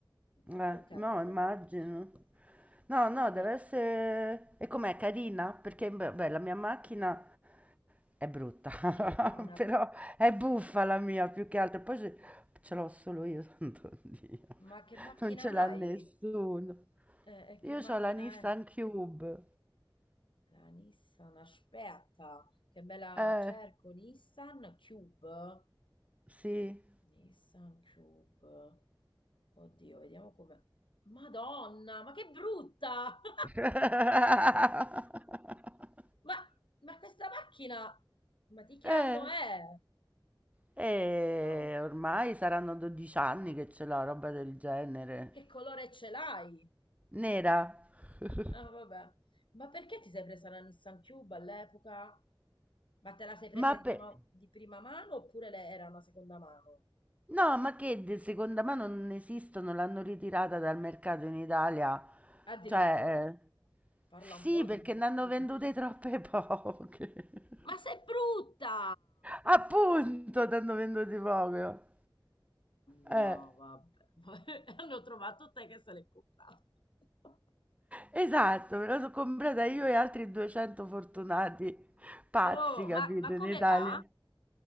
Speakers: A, on the left (about 75°); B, on the right (about 15°).
A: sono
B: Eh,
A: contenta
B: no,
A: dell'acquisto.
B: immagino. No,
A: Sì,
B: no,
A: sì,
B: deve essere... E com'è, carina? Perché, beh, beh, la mia macchina è brutta,
A: sì,
B: <laughs>
A: ha una
B: però è buffa la mia più che altro. Poi ce, ce l'ho solo io, <laughs> santo Dio.
A: Ma che macchina
B: Non ce l'ha
A: hai?
B: nessuno.
A: Eh, e
B: Io
A: che macchina
B: ho la Nissan
A: è?
B: Cube.
A: La Nissan, aspetta, che me la
B: Eh,
A: cerco, Nissan Cube.
B: sì.
A: Nissan Cube. Oddio, vediamo come... Madonna, ma che brutta! <laughs>
B: <laughs>
A: Ma, ma questa macchina, ma di che
B: Eh,
A: anno è?
B: eh,
A: No,
B: ormai saranno 12 anni che c'è la roba del genere.
A: che colore ce l'hai?
B: Nera. <laughs>
A: Ah, vabbè. Ma perché ti sei presa la Nissan Cube all'epoca? Ma te la sei presa
B: Ma
A: di
B: per...
A: prima, di prima mano oppure le- era una seconda mano?
B: No, ma che di seconda mano non esistono, l'hanno ritirata dal mercato in Italia.
A: Addirittura.
B: Cioè, eh,
A: Parla
B: sì,
A: un po', dimmi,
B: perché ne hanno
A: dimmi.
B: vendute troppe poche. <laughs>
A: Ma sei brutta!
B: Appunto, ne hanno vendute poche.
A: No,
B: Eh.
A: vabbè. <laughs> Ma hanno trovato te che se l'hai comprata. <laughs>
B: Esatto, me la sono comprata io e altri 200 fortunati pazzi,
A: Oh,
B: capito,
A: ma, ma come
B: in Italia.
A: va?